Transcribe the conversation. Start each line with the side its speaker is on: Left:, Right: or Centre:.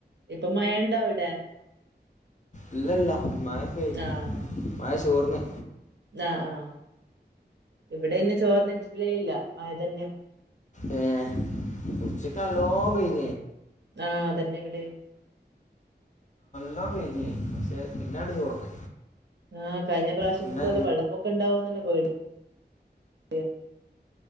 Right: ഇപ്പം മഴ ഉണ്ടോ അവിടെ
Left: ഇല്ലില്ല മയ കയിഞ്ഞ്
Right: ആഹ്
Left: മയ ചോർന്ന്
Right: ആഹ് ആഹ് ഇവിടെ ഇന്ന് ചോർന്നിട്ടില്ലേ ഇല്ല മയ തന്നെയാ
Left: ഏ ഉച്ചക്ക്‌ നല്ലോ പെയ്
Right: ആ അതന്നെ ഇവിടെയും
Left: <unintelligible> പെയ്തീനി പക്ഷെ പിന്നാണ്ട് ചോർന്ന്
Right: ആ കഴിഞ്ഞ പ്രാവശ്യത്തെ
Left: പിന്നെ
Right: പോലെ വെള്ളപ്പൊക്കം ഉണ്ടാവും ന്നുള്ള പേടിയാ